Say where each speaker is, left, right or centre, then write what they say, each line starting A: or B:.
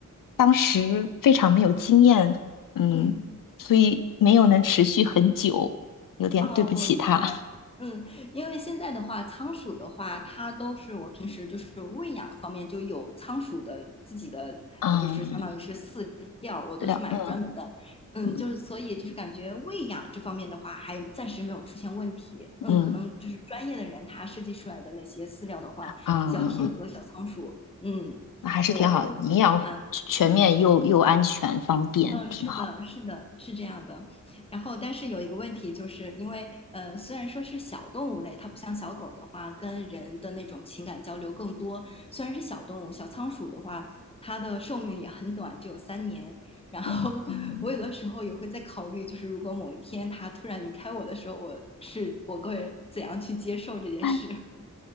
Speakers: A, on the left; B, on the left.
A: 当时非常没有经验，嗯，
B: 嗯。
A: 所以没有能持续很久，有点对不起它。
B: 啊，我明白。
A: <laughs>
B: 嗯，因为现在的话，仓鼠的话，它都是我平时就是喂养方面就有仓鼠的自己的，
A: 嗯，
B: 呃就是相当于是饲料，我都是买专门的。
A: 对的，嗯
B: 嗯，
A: 嗯
B: 就是所以就是感觉喂养这方面的话，还暂时没有出现问题。嗯，
A: 嗯
B: 可能就是专业的人他设计出来的那些饲料的话，
A: 嗯嗯嗯，
B: 比较贴合小仓鼠。嗯，
A: 那还是挺好的营养全面又又安全方便，
B: 我目前来看。嗯，
A: 挺好。
B: 是的，是的，是这样的。然后，但是有一个问题，就是因为呃，虽然说是小动物类，它不像小狗的话，跟人的那种情感交流更多。虽然是小动物，小仓鼠的话，它的寿命也很短，只有三年。然后，
A: 嗯嗯。
B: <laughs> 我有的时候也会在考虑，就是如果某一天它突然离开我的时候，我是我会怎样去接受这件事？
A: 哎